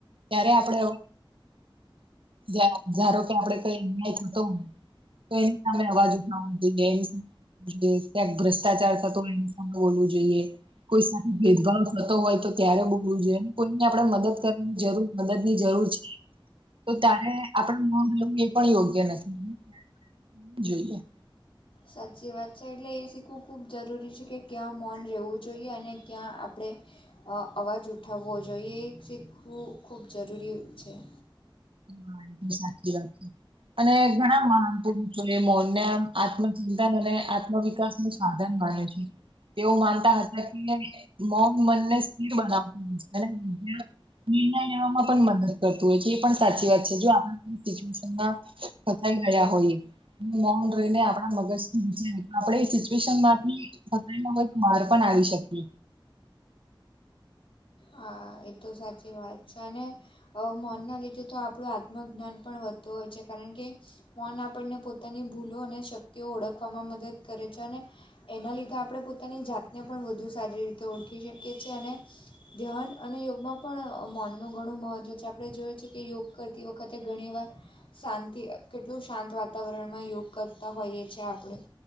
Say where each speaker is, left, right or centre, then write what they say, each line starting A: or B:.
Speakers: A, on the right; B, on the left.
A: ત્યારે આપડે <inaudible> ધારો કે આપણે કઈ ને તો તો એની સામે અવાજ ઉઠાવવો જોઈએ એ જોઈએ ક્યાંક ભ્રષ્ટાચાર થતો હોય એની સામે બોલવું જોઈએ. કોઈ સાથે ભેદભાવ થતો હોય તો ત્યારે બોલવું જોઈએ, એમ કોઈને આપણે મદદ કરવાની જરૂર મદદની જરૂર છે તો તારે આપણે મોન રહેવું એ પણ યોગ્ય નથી. જોઈએ.
B: સાચી વાત છે એટલે એ શીખવું ખૂબ જરૂરી છે કે ક્યાં મૌન રહેવું જોઈએ અને ક્યાં આપણે. અવાજ ઉઠાવવો જોઈએ શીખવું ખૂબ જરૂરી હોય છે
A: હા એ સાચી વાત છે અને ઘણા મહાન પુરુષો એ મોન ને આત્મચિતાન અને આત્મવિકાસ ન <unintelligible> એવું માનતા હતા કે મૌન મનને સ્થિર બનાવવું છે. નિર્ણય લેવામાં પણ મદદ કરતું હોય છે એ પણ સાચી વાત છે જો આપણે <unintelligible> <unintelligible> મૌન રહીને આપણા મગજ થી આપણે સિચ્યુએશન માંથી <unintelligible> <unintelligible> માર પણ આવી શકે
B: હા એ તો સાચી વાત છે અને અ મૌનના લીધે તો આપણું આત્મજ્ઞાન પણ વધતું હોય છે કારણ કે મૌન આપણને પોતાની ભૂલો અને શક્તિઓ ઓળખવામાં મદદ કરે છે અને એના લીધે આપણે પોતાની જાતને પણ વધુ સારી રીતે ઓળખી શકીએ છીએ. અને ધ્યાન અને યોગમાં પણ મનનું ઘણું મહત્ત્વ છે. આપણે જોઈએ છીએ. કે યોગ કરતી વખતે ઘણીવાર શાંતિ કેટલું શાંત વાતાવરણમાં યોગ કરતા હોઈએ છીએ. આપણે